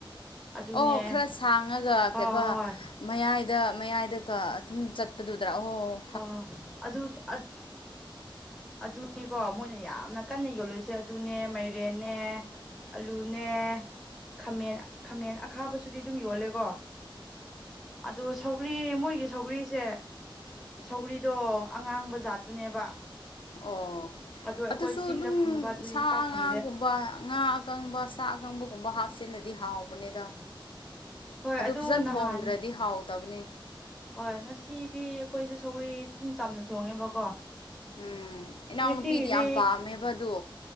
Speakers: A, in the centre; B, on the left.
A: ꯑꯗꯨꯅꯦ
B: ꯑꯣ ꯈꯔ ꯁꯥꯡꯉꯒ
A: ꯍꯣꯏ
B: ꯀꯩꯕ
A: ꯍꯣꯏ
B: ꯃꯌꯥꯏꯗ ꯃꯌꯥꯏꯗ ꯀ ꯑꯗꯨꯝ ꯆꯠꯄꯗꯨꯗ꯭ꯔꯥ ꯑꯣꯍ
A: ꯍꯣꯏ ꯍꯣꯏ ꯑꯗꯨ ꯑꯗ ꯑꯗꯨꯅꯤꯀꯣ ꯃꯣꯏꯅ ꯌꯥꯝꯅ ꯀꯟꯅ ꯌꯣꯂꯣꯏꯁꯦ ꯇꯨꯅꯦ ꯃꯥꯏꯔꯦꯟꯅꯦ ꯑꯂꯨꯅꯦ ꯈꯥꯃꯦꯟ ꯈꯥꯃꯦꯟ ꯑꯈꯥꯕꯁꯨꯗꯤ ꯗꯨꯝ ꯌꯣꯜꯂꯦꯀꯣ ꯑꯗꯨ ꯁꯧꯒ꯭ꯔꯤ ꯃꯣꯏꯒꯤ ꯁꯧꯒ꯭ꯔꯤꯁꯦ ꯁꯧꯒꯔꯤꯗꯣ ꯑꯉꯥꯡꯕ ꯖꯥꯠꯇꯨꯅꯦꯕ
B: ꯑꯣ
A: ꯑꯗꯣ ꯑꯩꯈꯣꯏ
B: ꯑꯗꯨꯁꯨ
A: ꯆꯤꯡꯗ
B: ꯑꯗꯨꯝ
A: ꯐꯪꯕ ꯗꯨꯗꯤ
B: ꯁꯥ
A: ꯏꯄꯥꯛ ꯐꯪꯗꯦ
B: ꯉꯥꯒꯨꯝꯕ ꯉꯥ ꯑꯀꯪꯕ ꯁꯥ ꯑꯀꯪꯕꯒꯨꯝꯕ ꯍꯥꯞꯆꯤꯜꯂꯗꯤ ꯍꯥꯎꯕꯅꯤꯗ
A: ꯍꯣꯏ ꯑꯗꯨ
B: ꯐꯖꯅ
A: ꯅꯍꯥꯟ
B: ꯊꯣꯡꯗ꯭ꯔꯗꯤ ꯍꯥꯎꯇꯕꯅꯤ
A: ꯍꯣꯏ ꯉꯁꯤ ꯗꯤ ꯑꯩꯈꯣꯏꯁꯨ ꯁꯧꯔꯤ ꯑꯗꯨꯝ ꯆꯝꯅ ꯊꯣꯡꯉꯦꯕꯀꯣ
B: ꯎꯝ ꯏꯅꯥꯎꯅꯨꯄꯤꯗꯤ
A: ꯉꯁꯤꯒꯤꯗꯤ
B: ꯌꯥꯝ ꯄꯥꯝꯃꯦꯕꯗꯨ